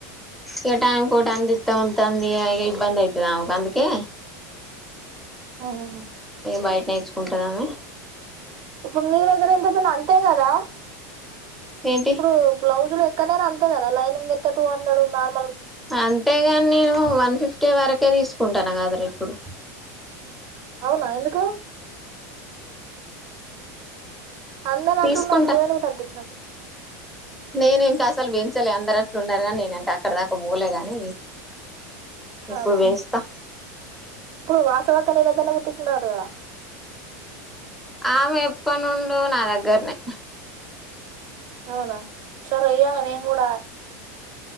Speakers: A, in the centre; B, on the right.
A: ఇగ టైమ్ కి ఓటి అందింత ఓటి అందియ్య ఇగ ఇబ్బంద అయితది ఆమెకు అందుకే
B: ఆహాహా
A: బయట ఇచ్చుకుంటాదమే
B: ఇప్పుడు నీ దగ్గర ఎంత పిన్ని అంతే కదా
A: ఏంటి
B: ఇప్పుడు బ్లౌజ్ ఎక్కన్నైనా అంతే కదా లైనింగ్ ఎత్తే టూ హండ్రెడ్ నార్
A: అంతేగాని నేను వన్ ఫిఫ్టీ వరకే తీసుకు కుంటాను కాద్ర ఇప్పుడు
B: అవునా ఎందుకు అందర్
A: తీసుకుంటా
B: అట్లున్నపుడు నువ్వు ఎందుకు తగ్గించిన వ్ పి
A: నేను ఇంకా అసలు పెంచలే అందరట్లు ఉన్నారు కాని నేను ఇంకా అక్కడ దాకా పోలే గాని
B: అవునా
A: ఇప్పుడు పెంచుతా
B: ఇప్పుడు వాసవ క్క నీదగ్గరనే కుట్టిచ్చుకుంటాదట గ
A: ఆమె ఎప్పనుండో నా దగ్గర్నే
B: అవునా చో రయ్య నేం కూడా